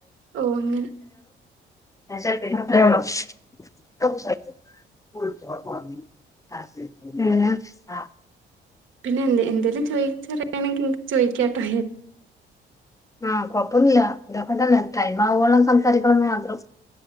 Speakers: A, on the right (about 80°); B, on the left (about 15°).
A: ഓ അങ്ങനെ
B: <inaudible> <unintelligible>
A: പിന്നെ എന്ത എന്തെലും ചോദിച്ചറിയാണെങ്കിൽ ചോദിക്കാട്ടോ
B: ആഹ് കൊപ്പന്നില്ല ഇതൊക്ക തന്ന ടൈമാവോളം സംസാരിക്കളന്നെ അഹ്